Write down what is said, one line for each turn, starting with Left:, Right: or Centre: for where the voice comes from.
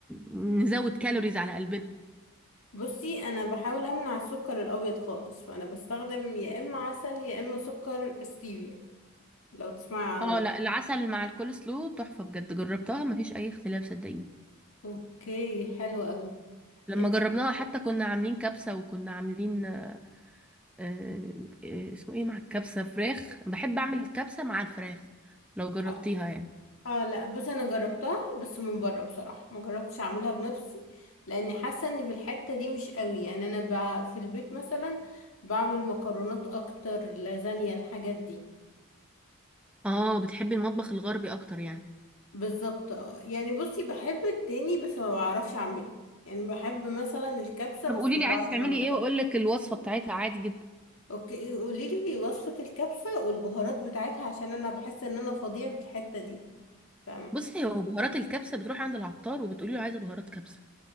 Centre: نزود كالوريز على قلبنا
Left: بصي انا بحاول امنع السكر الابيض خالص فانا بستخدم يا اما عسل يا اما سكر ستيفيا لو تسمعي عنه
Centre: اه لا العسل مع الكولسلو تحفه بجد جربتها ما فيش اي اختلاف صدقيني
Left: اوكي حلو قوي
Centre: لما
Left: انتي
Centre: جربناها
Left: بت...
Centre: حتى كنا عاملين كبسه وكنا عاملين آه، آه، اسمه ايه مع الكبسه فراخ بحب اعمل الكبسه مع الفراخ لو جربتيها
Left: اه
Centre: يعني
Left: آه، لا بصي انا جربتها بس من بره بصراحه ما جربتش اعملها بنفسي لاني حاسه ان في الحته دي مش قوي يعني انا ب... في البيت مثلا بعمل مكرونات اكتر لازانيا الحاجات دي
Centre: اه بتحبي المطبخ الغربي اكتر يعني
Left: بالظبط آه. يعني بصي بحب التاني بس ما بعرفش اعمله يعني بحب مثلا الكبسه بس
Centre: طب قولي
Left: ما
Centre: لي
Left: بعرفش
Centre: عايزه تعملي
Left: اعملها
Centre: ايه واقول لك الوصفه بتاعتها عادي جدا
Left: اوكي قولي لي وصفة الكبسة والبهارات بتاعتها عشان انا بحس ان انا فظيعة في الحتة دي فاهم
Centre: بصي هو بهارات الكبسه بتروح عند العطار وبتقولي له عايزه بهارات كبسه